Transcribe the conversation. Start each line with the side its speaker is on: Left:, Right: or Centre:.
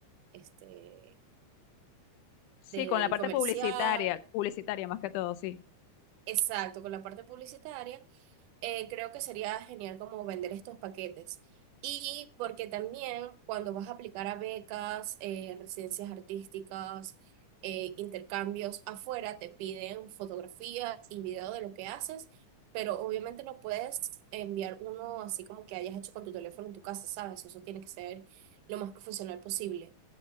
Right: este,
Left: Sí,
Right: del
Left: con la parte
Right: comercial,
Left: publicitaria, publicitaria más que todo, sí.
Right: exacto, con la parte publicitaria, eh, creo que sería genial como vender estos paquetes. Y porque también cuando vas a aplicar a becas, eh, residencias artísticas, eh, intercambios afuera, te piden fotografías y video de lo que haces, pero obviamente no puedes enviar uno así como que hayas hecho con tu teléfono en tu casa, ¿sabes? Eso tiene que ser lo más profesional posible.